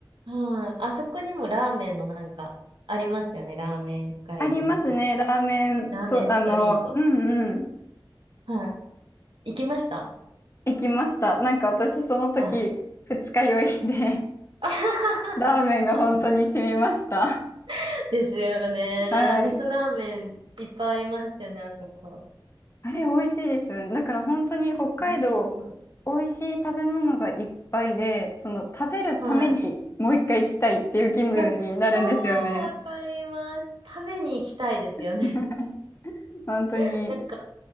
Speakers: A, on the right (about 70°); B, on the left (about 30°).
A: ああ、あそこにもラーメンのなんか、ありますよね。ラーメン街道みたい
B: ありますね、ラーメン、
A: な。ラーメンストリート
B: そう、あの、うんうん、
A: はい <laughs>。行きました
B: 行きました。なんか私その時、
A: あ、
B: 二日酔いで
A: あは
B: <laughs> ラーメンが本当に染みました。
A: はは <laughs> ですよね。
B: はい。
A: 味噌ラーメンいっぱいありますよね、あそこ。
B: あれ、美味しいですよね。だから本当に北海道、
A: 美味しい。
B: 美味しい食べ物がいっぱいで、その食べるためにもう一回行きたいっていう気分になるんですよね。
A: はい。いや、超わかります。食べに行きたいですよね。
B: <laughs> 本当に。
A: <laughs> なんか、